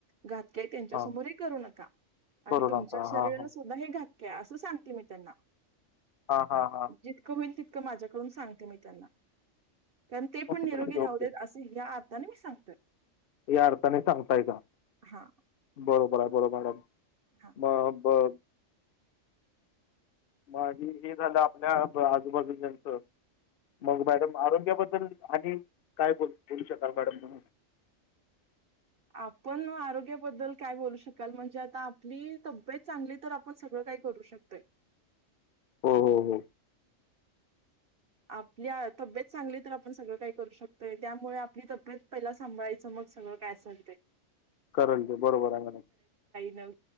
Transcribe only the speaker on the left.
हां.
कोरोनाचा.
हां, हां.
हां हां हां
ओके, ओके, ओके. या अर्थाने सांगताय का
बरोबर आहे बरोबर आहे
ब ब माझी हे झालं आपल्या आजूबाजू नचं मग मॅडम आरोग्याबद्दल आणि काय बोल बोलू शकाल मॅडम म्हणून
हो हो हो
करेल ते. बरोबर आहे मॅडम.